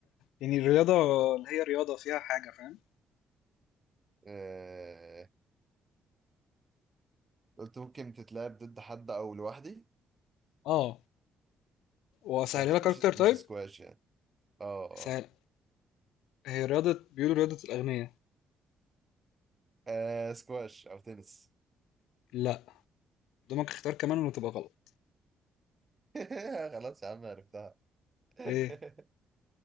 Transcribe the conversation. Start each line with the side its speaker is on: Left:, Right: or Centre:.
Left: يعني الرياضة اللي هي رياضة فيها حاجة فاهم
Right: آه، قلت ممكن تتلعب ضد حد او لوحدي
Left: اه واسهلها
Right: بس اكيد
Left: لك
Right: مش
Left: اكتر
Right: مش
Left: طيب
Right: سكواش يعني اه اه
Left: سهل هي رياضة بيقولوا رياضة الاغنياء
Right: آه، سكواش او تنس
Left: لا قدامك اختيار كمان وتبقى غلط
Right: <laughs> خلاص يا عم عرفتها <laughs>
Left: ايه